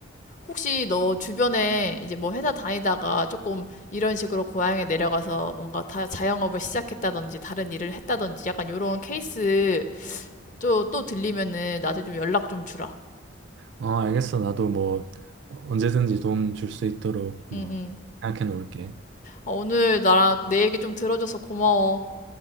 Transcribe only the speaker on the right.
어, 알겠어. 나도 뭐 언제든지 도움 줄 수 있도록
뭐
생각해 놓을게.